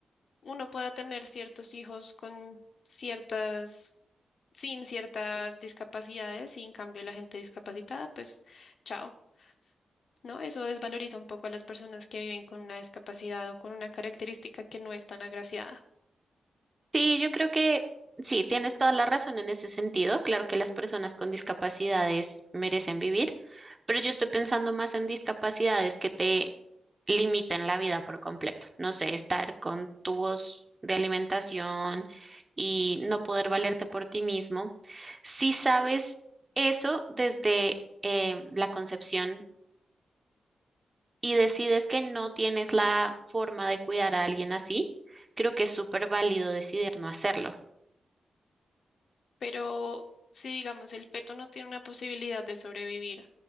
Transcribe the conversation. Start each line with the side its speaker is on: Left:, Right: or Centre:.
Left: uno pueda tener ciertos hijos con ciertas, sin ciertas discapacidades, y en cambio la gente discapacitada, pues chao. ¿No? Eso desvaloriza un poco a las personas que viven con una discapacidad o con una característica que no es tan agraciada.
Right: Sí, yo creo que sí, tienes toda la razón en ese sentido. Claro que las personas con discapacidades merecen vivir, pero yo estoy pensando más en discapacidades que te limitan la vida por completo. No sé, estar con tubos de alimentación y no poder valerte por ti mismo. Si sabes eso desde eh, la concepción y decides que no tienes la forma de cuidar a alguien así, creo que es súper válido decidir no hacerlo.
Left: Pero si digamos el feto no tiene una posibilidad de sobrevivir,